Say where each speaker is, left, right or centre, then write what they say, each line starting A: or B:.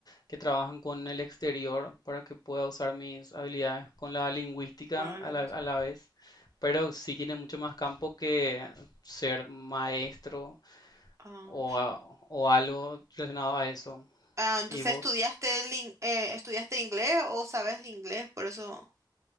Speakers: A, on the left; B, on the right.
A: que trabajan con el exterior para que pueda usar mis habilidades con la lingüística
B: vale.
A: a la, a la vez, pero sí tiene mucho más campo que ser maestro
B: Ah,
A: o, a- o algo relacionado a eso.
B: Ah, entonces
A: ¿Y vos?
B: estudiaste el in- eh, estudiaste inglés o sabes inglés, por eso